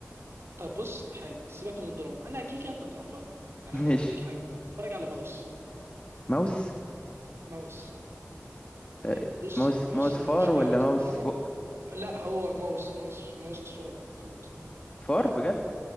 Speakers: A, on the right; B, on the left.
A: طب بص حلو سيبك من الدراما انا كيكه انت هتروح لها يعني
B: <laughs>
A: انا
B: ماشي
A: هديك حاجه اتفرج على ماوس
B: ماوس
A: ماوس ما
B: آه،
A: هي- بص
B: ماوس
A: ماوس
B: ماوس
A: ملوش
B: فار ولا
A: اي علاقه
B: ماوس
A: بالدراما
B: بق
A: لا هو ماوس ماوس ماوس فار المفروض
B: فار
A: اه
B: بجد